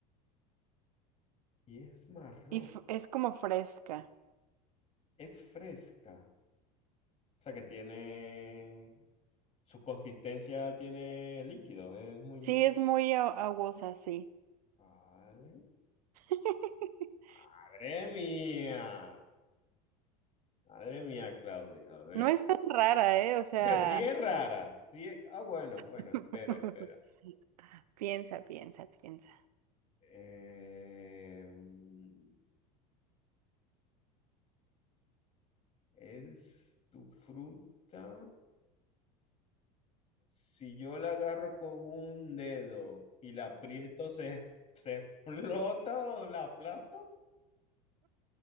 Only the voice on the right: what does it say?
Y fr- es como fresca.
Sí, es muy a- aguosa, sí.
<laughs>
No es tan rara, ¿eh? O sea,
<laughs>
piensa, piensa, piensa.